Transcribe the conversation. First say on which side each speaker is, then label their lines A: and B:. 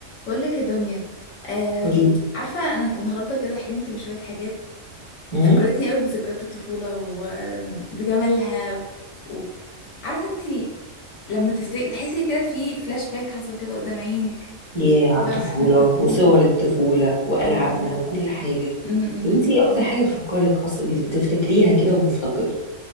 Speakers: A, on the left; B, on the left.
A: بقول لك يا دنيا أم،
B: قولي
A: عارفة أنا النهاردة كده حلمت بشوية حاجات
B: امم
A: فكرتني قوي بذكريات الطفولة وبجمالها وعارفة انتي لما تفتكري تحسي كده في فلاش باك حصل كده قدام عينك
B: ياه على
A: يا-
B: الطفولة وصور الطفولة وألعابنا
A: <laughs> اه
B: وكل حاجة
A: أمم.
B: طب انتي ايه أكتر حاجة بتفكرك أصلا بت- بتفتكريها كده ومفتقدة